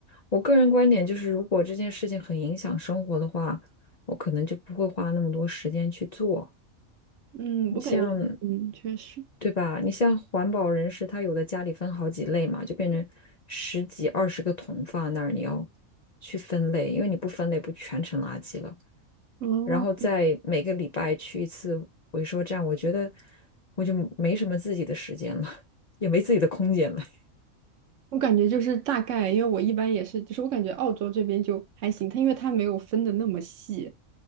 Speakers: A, on the left (about 70°); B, on the right (about 65°).
A: 我个人观点就是，如果这件事情很影响生活的话，我可能就不会花那么多时间去做。
B: 嗯，
A: 你像，
B: 我感觉嗯确实。
A: 对吧？你像环保人士，他有的家里分好几类嘛，就变成十几、二十个桶放那儿，你要去分类，因为你不分类，不全成垃圾了。
B: 哦，
A: 然后再每个礼拜去一次回收站，我觉得我就没什么自己的时间了，也没自己的空间了。<laughs>
B: 我感觉就是大概，因为我一般也是，就是我感觉澳洲这边就还行，它因为它没有分的那么细，